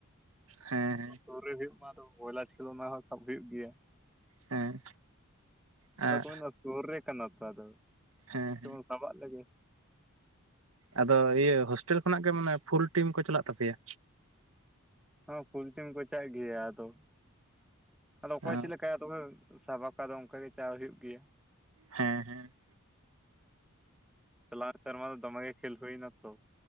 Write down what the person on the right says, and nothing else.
ᱦᱮᱸ
ᱦᱮᱸ᱾ ᱦᱮᱸ
ᱦᱮᱸ
ᱟᱫᱚ ᱤᱭᱟᱹ ᱦᱳᱥᱴᱮᱞ ᱠᱷᱚᱱᱟᱜ ᱜᱮ ᱢᱟᱱᱮ ᱯᱷᱩᱞ ᱴᱤᱢ ᱠᱚ ᱪᱟᱞᱟᱜ ᱛᱟᱯᱮᱭᱟ?
ᱚ
ᱦᱮᱸ, ᱦᱮᱸ᱾